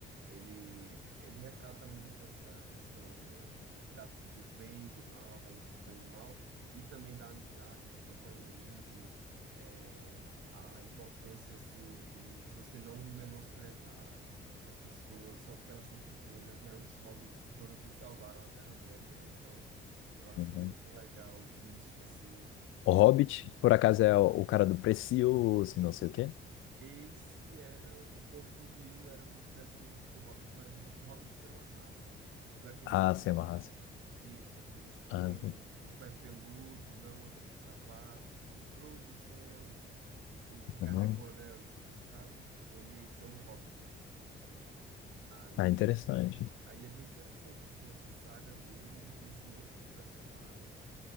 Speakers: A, on the right; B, on the left.
A: Ele ele retrata muito essa questão, né, da, do bem, do mal, da luta do bem e do mal e também da amizade, do companheirismo, é, a importância assim de você não menosprezar as pessoas só porque elas são pequenas, né? Os hobbits foram quem salvaram a Terra-média, né? Então, eu achei
B: Uhum.
A: muito legal isso assim
B: O Hobbit, por acaso, é o, o cara do Precioso, não sei o quê?
A: Esse era o do povo do Rio, era um dos descendentes do Hobbit, mas o- os Hobbits são uma raça. Daqueles,
B: Ah,
A: pe-
B: sim, é uma raça.
A: isso, aqueles que
B: Ah,
A: têm
B: sim.
A: o pé peludo, não anda com sapato, o Frodo, Sam, o que carrega
B: Uhum.
A: o anel, sabe? Eles são Hobbits. Aí,
B: Ah, interessante.
A: aí é bem interessante, assim, essa saga deles, o crescimento dos personagens.